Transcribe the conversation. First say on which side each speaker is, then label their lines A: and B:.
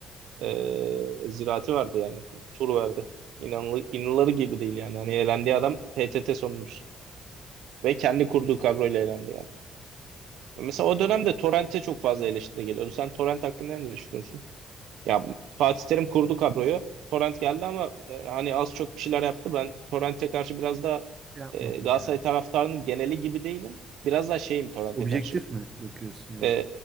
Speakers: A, on the right; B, on the right.
A: E, ziraati verdi yani. Tur verdi. İnanılır, inanılır gibi değil yani. Hani elendiği adam PTT sonuncusu. Ve kendi kurduğu kadroyla elendi yani. Mesela o dönemde Torrent'e çok fazla eleştiri geliyordu. Sen Torrent hakkında ne düşünüyorsun? Ya Fatih Terim kurdu kadroyu. Torrent geldi ama e, hani az çok bir şeyler yaptı. Ben Torrent'e karşı biraz da
B: Şey yapmadım
A: e, Galatasaray
B: yani.
A: taraftarının geneli gibi değilim. Biraz daha şeyim Torrent'e
B: Objektif
A: karşı.
B: mi bakıyorsun böyle?
A: Ee,